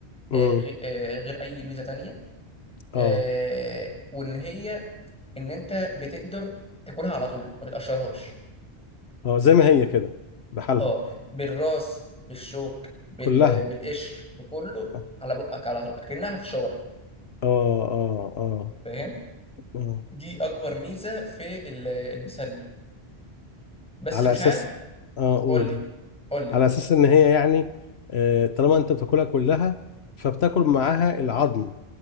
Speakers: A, in the centre; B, on the left.
A: آه،
B: امم
A: غ- آه، غير أي ميزة تانية آه،
B: اه
A: وإن هي إن أنت بتقدر تاكلها على طول ما بتقشرهاش
B: اه زي ما هي كده بحالها
A: اه بالراس بالشوك بال...
B: كلها
A: بالقشر بكله
B: اه
A: على بقك على طول كأنها فشار
B: اه اه
A: فاهم؟
B: اه
A: دي اكبر ميزه في ال- البسارية بس
B: على
A: مش
B: اساس
A: عارف
B: اه اقول
A: قول لي قول لي
B: على اساس ان هي يعني آه طالما انت بتاكلها كلها فبتاكل معاها العظم